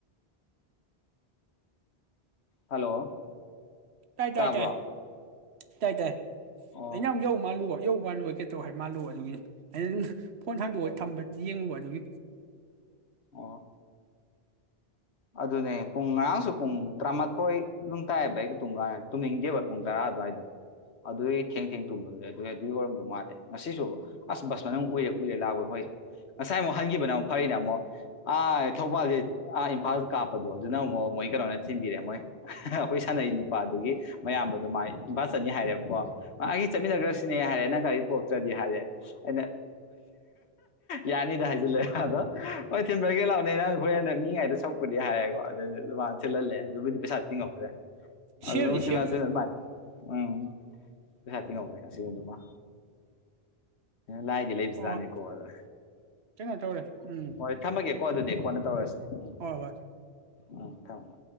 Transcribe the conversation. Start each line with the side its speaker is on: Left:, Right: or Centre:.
Left: ꯍꯜꯂꯣ
Right: ꯇꯥꯏ
Left: ꯇꯥꯕ꯭ꯔꯣ
Right: ꯇꯥꯏ ꯇꯥꯏ ꯇꯥꯏ ꯇꯥꯏ
Left: ꯑꯣ
Right: ꯑꯩꯅ ꯑꯃꯨꯛ ꯌꯧ ꯃꯥꯜꯂꯨꯕ ꯑꯌꯧꯕ ꯀꯩ ꯇꯧ ꯍꯥꯏ ꯃꯥꯜꯂꯣ ꯑꯗꯨꯒꯤꯅꯤ ꯑꯩꯅ ꯑꯗꯨꯝ ꯐꯣꯟ ꯍꯥꯡꯗꯣꯛꯑꯣꯒ
Left: ꯑꯣ
Right: ꯊꯝꯕ ꯌꯦꯡꯉꯨꯕ ꯅꯨꯃꯤ
Left: ꯑꯣ ꯑꯗꯨꯅꯦ ꯄꯨꯡ ꯉꯔꯥꯡꯁꯨ ꯄꯨꯡ ꯇꯔꯥꯃꯥꯊꯣꯏ ꯅꯨꯡ ꯇꯥꯏꯑꯕ ꯑꯩꯗꯣ ꯇꯨꯝ ꯀꯥꯟ ꯇꯨꯝꯅꯤꯡꯗꯦꯕ ꯄꯨꯡ ꯇꯔꯥ ꯑꯗꯨꯋꯥꯏꯗꯣ ꯑꯗꯨꯒꯤ ꯊꯦꯡ ꯊꯦꯡ ꯇꯨꯝꯕꯗꯨ ꯑꯗꯨꯏ ꯑꯗꯨꯒꯤ ꯑꯣꯏꯔꯝꯗꯧ ꯃꯥꯜꯂꯦ ꯉꯁꯤꯁꯨ ꯑꯁ ꯕꯁ ꯃꯅꯨꯡ ꯎꯏꯔꯦ ꯎꯏꯔꯦ ꯂꯥꯛꯑꯣꯣꯏ ꯍꯣꯏ ꯉꯁꯥꯏ ꯑꯃꯨꯛ ꯍꯟꯈꯤꯕꯅ ꯑꯃꯨꯛ ꯐꯔꯤꯅꯦ ꯑꯃꯨꯛ ꯑꯥ ꯊꯧꯕꯥꯜꯗꯤ ꯐ ꯀꯥꯞꯄꯗꯣ ꯑꯗꯨꯅꯨꯛ ꯃꯣꯏ ꯀꯩꯅꯣꯅꯦ ꯊꯤꯟꯕꯤꯔꯑꯦ ꯃꯣꯏ ꯑꯩꯈꯣꯏ ꯁꯥꯟꯅꯩ ꯅꯨꯄꯥꯗꯨꯒꯤ ꯃꯌꯥꯝꯕꯗꯨꯣ ꯃꯥꯏ ꯏꯝꯕꯥꯥꯜ ꯆꯅꯤ ꯍꯥꯏꯔꯦꯕꯀꯣ ꯃꯥꯒꯤ ꯆꯠꯃꯤꯟꯅꯈ꯭ꯔꯁꯤꯅꯦ ꯍꯥꯏꯔꯦ ꯅꯪ ꯒꯥꯔꯤ ꯄꯣꯔꯛꯇ꯭ꯔꯗꯤ ꯍꯥꯏꯔꯦ ꯑꯩꯅ ꯌꯥꯅꯤꯗ ꯍꯥꯏꯁꯤꯂꯦ ꯍꯗꯣ ꯍꯣꯏ ꯊꯤꯟꯕ꯭ꯔꯒꯦ ꯂꯥꯛꯑꯣꯅꯦ ꯅꯪ ꯍꯣꯔꯦꯟꯗ ꯃꯤꯉꯥꯏꯗꯣ ꯆ ꯍꯥꯏꯌꯦꯦꯀꯣ ꯑꯗꯨ ꯆꯂꯦ ꯑꯗꯨꯕ ꯄꯩꯁ ꯍꯥ ꯇꯤꯤꯡꯎꯇ꯭ꯔꯦ ꯑꯗꯨꯅ
Right: ꯁꯦꯞꯅꯤ
Left: ꯎꯆ
Right: ꯁꯦꯞ
Left: ꯆ ꯎꯝ ꯄꯩꯁꯥꯇꯤ ꯉꯧꯗꯣꯏ ꯉ ꯁꯤ ꯑꯗꯨꯃ ꯂꯥꯏꯗꯤ ꯂꯩꯕꯖꯥꯠꯅꯤꯀꯣ
Right: ꯍꯣꯏ ꯍꯣꯏ
Left: ꯑꯗ
Right: ꯀꯩꯅꯣ ꯇꯧꯔꯦ ꯎꯝ
Left: ꯍꯣꯏ ꯊꯝꯃꯒꯦꯀꯣ ꯑꯗꯨꯗꯤ ꯑꯩ ꯀꯣꯟꯅ ꯇꯧꯔꯁꯦ ꯎꯝ
Right: ꯍꯣꯏ ꯍꯣꯏ
Left: ꯎꯝ ꯊꯅ